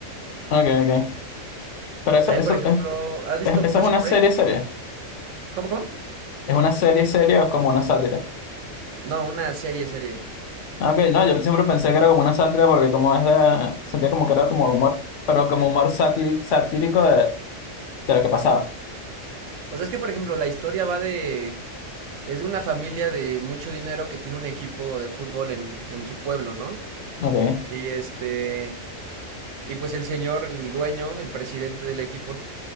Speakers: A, on the left; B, on the right.
A: ok, ok. Pero eso,
B: También,
A: eso,
B: por ejemplo,
A: es,
B: ¿has visto
A: es- eso
B: Prison
A: es una serie
B: Break?
A: serie.
B: ¿Cómo, cómo?
A: ¿Es una serie serie o es como una sátira?
B: No, una serie, serie.
A: Ah, Ok, no, yo siempre pensé que era como una sátira porque como es de, sentía como que era como humor, pero como humor satírico, satírico de, de lo que pasaba.
B: O sea, es que, por ejemplo, la historia va de... Es de una familia de mucho dinero que tiene un equipo de fútbol en, en su pueblo, ¿no?
A: Ok,
B: Y este, y pues el señor, el dueño, el presidente del equipo,